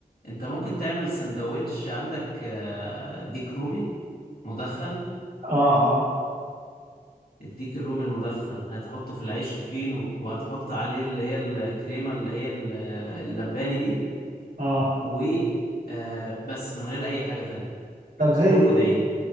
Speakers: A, on the left (about 75°); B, on the right (about 85°).
A: انت ممكن تعمل سندوتش عندك آه، ديك رومي مدخن
B: اه اه
A: الديك الرومي المدخن هتحطه في العيش الفينو وهتحط عليه اللي هي الكريمة اللي هي ال- اللباني دي
B: اه
A: و آه، بس من غير أي حاجة تانية
B: طب زي
A: كله
B: الفل
A: دايلي